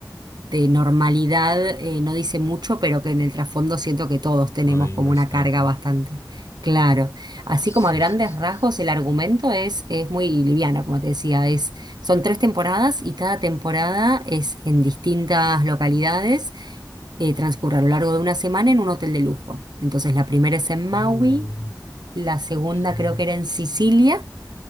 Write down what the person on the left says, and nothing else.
Ahí
bastante.
Sí,
sí, sí.
sí.
Uh,
ok.